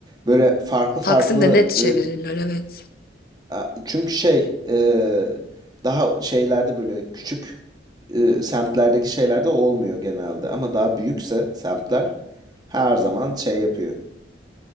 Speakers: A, on the right; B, on the left.
A: böyle farklı
B: Taksim'de
A: farklı
B: net çevirirler
A: e,
B: evet.
A: A- Çünkü şey e, daha şeylerde böyle küçük e, semtlerdeki şeylerde olmuyor genelde ama daha büyükse semtler her zaman şey yapıyor.